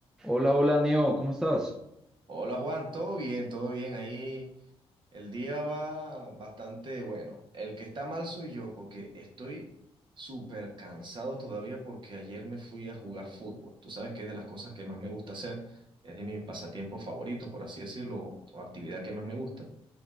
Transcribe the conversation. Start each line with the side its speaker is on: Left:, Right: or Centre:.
Centre: Hola, hola, Neo, ¿cómo estás?
Right: Hola Juan, todo bien, todo bien. Ahí el día va bastante bueno. El que está mal soy yo porque estoy súper cansado todavía porque ayer me fui a jugar fútbol. Tú sabes que es de las cosas que más me gusta hacer, es de mis pasatiempos favoritos, por así decirlo, o actividad que más me gusta.